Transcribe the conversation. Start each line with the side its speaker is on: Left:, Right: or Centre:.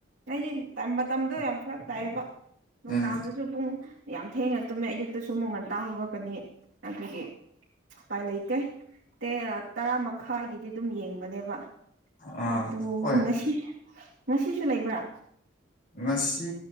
Right: ꯑꯩꯒꯤ ꯃꯇꯝꯗꯣ ꯌꯥꯝ ꯐꯔꯛ ꯇꯥꯏꯌꯦꯕ ꯅꯨꯡꯗꯥꯡꯗꯁꯨ
Left: ꯎꯝ
Right: ꯄꯨꯡ ꯌꯥꯝ ꯊꯦꯡꯅ ꯇꯨꯝꯃꯦ ꯑꯌꯨꯛꯇꯁꯨ ꯃꯨꯛ ꯉꯟꯇꯥ ꯍꯧꯒꯠꯀꯅꯤ ꯑꯗꯨꯒꯤ ꯎꯄꯥꯏ ꯂꯩꯇꯦ ꯇ ꯇꯔꯥ ꯃꯈꯥꯏꯒꯤꯗꯤ ꯑꯗꯨꯝ ꯌꯦꯡꯕꯅꯦꯕ
Left: ꯑꯥ
Right: ꯑꯗꯨ
Left: ꯍꯣꯏ
Right: ꯉꯁꯤ ꯉꯁꯤꯁꯨ ꯂꯩꯕ꯭ꯔꯥ
Left: ꯉꯁꯤ